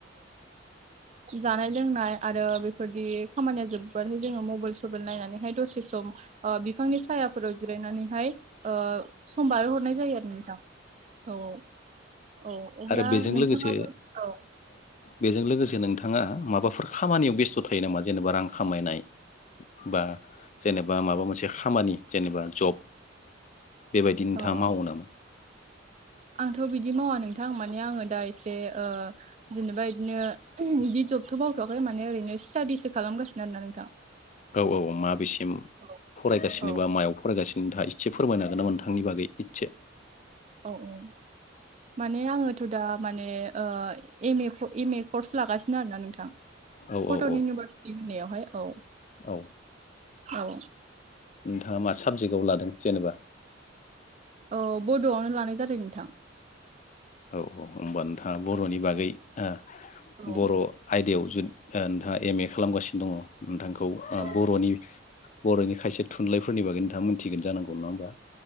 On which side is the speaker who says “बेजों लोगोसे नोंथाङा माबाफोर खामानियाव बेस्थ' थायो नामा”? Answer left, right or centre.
Left